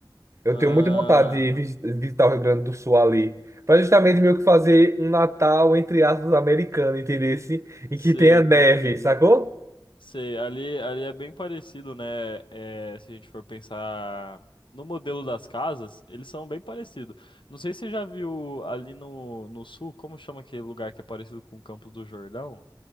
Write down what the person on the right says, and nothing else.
Eu
tenho muita vontade de vis- visitar o Rio Grande do Sul ali. Para justamente meio que fazer um Natal, entre aspas, americano, entendesse? Em
que tenha
neve, sacou?